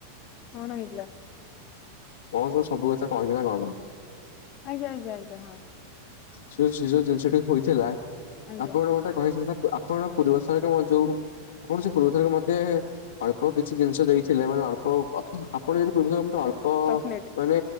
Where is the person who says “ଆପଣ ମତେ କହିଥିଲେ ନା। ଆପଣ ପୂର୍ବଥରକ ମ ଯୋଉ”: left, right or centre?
Left